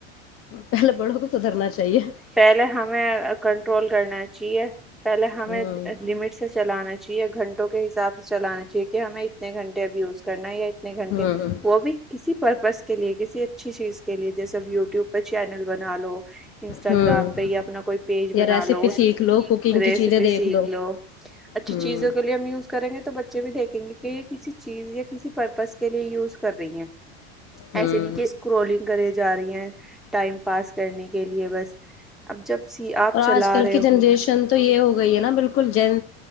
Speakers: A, on the left (about 45°); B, in the centre.
A: پہلے بڑوں کو سدھرنا چاہیے
B: پہلے ہمیں کنٹرول کرنا چاہیے پہلے ہمیں
A: ہوں
B: لمٹ سے چلانا چاہیے گھنٹوں کے حساب سے چلانا چاہیے کہ ہمیں اتنے گھنٹے ابھی کرنا یا اتنے گھنٹے
A: ہوں
B: وہ بھی کسی پرپز کے لیے کسی اچھی چیز کے لیے جیسے یوٹیوب پہ چینل بنا لو انسٹاگرام
A: ہوں
B: پہ یا اپنا کوئی پیج
A: یا
B: بنا
A: ریسیپی
B: لو اس
A: سیکھ لو کوکنگ
B: ریسیپی
A: کی چیزیں دیکھ
B: سیکھ لو اچھی
A: ہوں
B: چیزوں کے لیے ہم یوز کریں گے تو بچے بھی دیکھیں گے کہ یہ کسی چیز یا کسی پرپز کے لیے یوز کر رہی ہیں
A: ہوں
B: ایسے نہیں کہ اسکرولنگ کرے جا رہی ہیں ٹائم پاس کرنے کے لیے بس اب جب سی آپ
A: اور آج
B: چلا
A: کل
B: رہے
A: کی جنریشن
B: ہو
A: تو یہ ہو گئی ہے نا بالکل ج